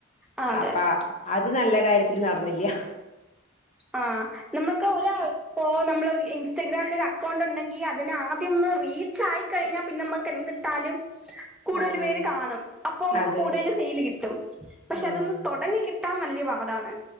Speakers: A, in the centre; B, on the left.
A: ആഹ് അതെ
B: അപ്പ
A: അതെ
B: അത് നല്ല കാര്യത്തില് നടന്നില്ല്യാ
A: ആ നമ്മുക്ക് ഒരാൾ ഇപ്പോ നമ്മളൊരു ഇൻസ്റ്റഗ്രാമിൽ ഒരു അക്കൗണ്ട് ഉണ്ടെങ്കി ല് അതിനാദ്യം ഒന്ന് റീച്ച് ആയി കഴിഞ്ഞാ പിന്നെ നമ്മക്ക് എന്തിട്ടാലും കൂടുതൽ
B: ആഹ്
A: പേര് കാണും അപ്പോ നമുക്ക്
B: അതെ
A: കൂടുതൽ സെയില് കിട്ടും പക്ഷെ
B: ആഹ്
A: അതൊന്ന് തുടങ്ങി കി കിട്ടാൻ വലിയ പാടാണ്